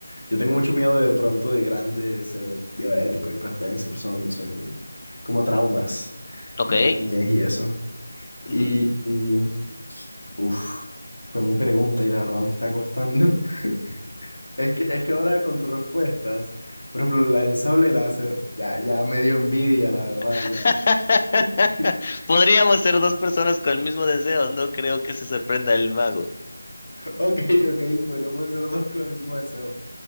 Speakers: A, on the left (about 85°); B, on the left (about 30°).
A: yo tengo mucho miedo de, de pronto de grande ser diabético, hipertenso, son, son como traumas
B: Ok.
A: de la niñez y eso. Y,
B: ujú.
A: y uff, fue mi pregunta y la verdad me está costando. <laughs> Es que, es que ahora con tus respuestas, por ejemplo, la del sable láser, ya, ya me dio envidia, la verdad,
B: <laughs>
A: ya. <laughs>
B: Podríamos ser dos personas con el mismo deseo, no creo que se sorprenda el mago.
A: Ok, ok, podríamos ser dos con el mismo deseo.